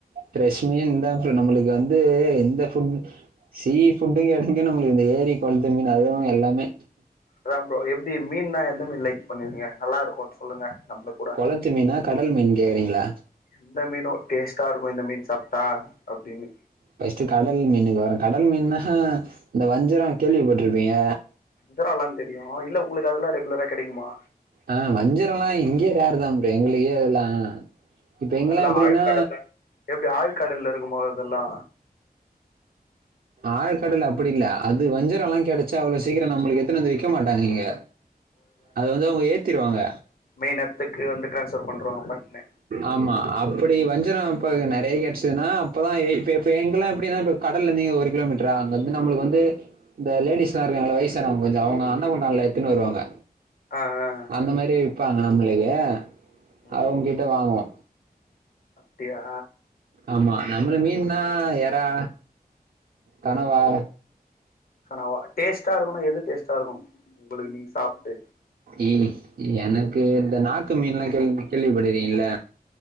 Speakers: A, on the right; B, on the left.
A: ஃப்ரெஷ் மீன் தா ப்ரோ நம்மளுக்கு வந்து எந்த ஃபுட் சீ ஃபுட்டு எது வேணு உங்குளுக்கு இந்த ஏரி கொள்த்து மீன் அதுவு எல்லாமே
B: அதா ப்ரோ எப்டி மீன்லா எந்த மீன் லைக் பண்ணுவீங்க நல்லா இருக்குன் சொல்லுங்க நம்ப்ளுக்
A: கொளத்து மீனா கடல் மீன் கேக்றீங்ளா
B: எந்த மீனோ டேஸ்ட்டா இருக்கு இந்த மீன் சாப்ட்டா அப்டீனு
A: ஃபஸ்ட்டு கடல் மீனுக்கு வரே கடல் மீன்னா இந்த வஞ்சர கேள்விப்பட்ருப்பீங்க
B: வஞ்சரோ எல்லா தெரியு இல்ல உங்களுக்கு அதெல்லா ரெகுலரா கெடைக்குமா
A: ஆ வஞ்சரோல்லா இங்க்யே ராரு தா ப்ரோ எங்களுக்கே அதெல்லா இப்ப
B: ஓ
A: இங்கெல்லா
B: அதெல்லா
A: எப்படீனா
B: ஆழ்கடல்ல எப்டி ஆழ்கடல்ல இருக்குமா அதெல்லா
A: ஆழ்கடல் அப்படினில்ல அது வஞ்சரோ எல்லா கெடச்சா அவ்ளோ சீக்கிர நம்மளுக்கு எத்துன் வந்து விக்க மாட்டாங் இங்க அது வந்து அவுங்க ஏத்திருவாங்க
B: மெய்ன் எட்த்துக்கு வந்து டிரான்ஸஃபர் பண்ருவாங்க பட்னு
A: ஆமா அப்படி வஞ்சரோ இப்ப இங்க நெறைய கெட்ச்சதுன்னா அப்பதா எ இப்ப எப்பி இங்கெல்லா எப்டினா இப்ப கடலந்து இங்க ஒரு கிலோமீட்டரா அங் வந்து நம்மளுக்கு வந்து இந்த லேடிஸ்லா இருக்காங்கள வய்சானவங் கொஞ்ச அவுங்க அண்ணகுண்டான்ல எத்துனு வருவாங்க
B: ஆ ஆ
A: அந்த மாரி விப்பாங்க நம்மளுக்கு
B: ம்
A: அவுங்கிட்ட வாங்குவோ
B: அப்டியா
A: ஆமா நம்மளுக் மீன்னா எறா கனவா
B: கனவா டேஸ்ட்டா இருக்குனா எது டேஸ்ட்டா இருக்கு உங்களுக்கு நீங் சாப்ட்டு
A: எ எனக்கு இந்த நாக்கு மீன்ல்லா கேள்வி கேள்விப்பட்டுக்றீங்கல